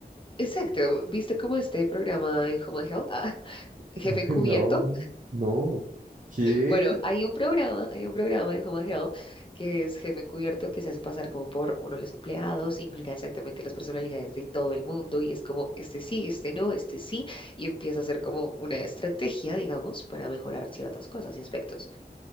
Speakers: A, on the left; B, on the right.
A: Exacto, ¿viste como este programa en Home and Health? Ah, <laughs>
B: <laughs>
A: Jefe Encubierto.
B: No, no. ¿Qué?
A: Bueno, hay un programa, hay un programa en Home and Health que es Jefe Encubierto que se hace pasar como por uno de los empleados y mira exactamente las personalidades de todo el mundo y es como este sí, este no, este sí y empieza a hacer como una estrategia, digamos, para mejorar ciertas cosas y aspectos.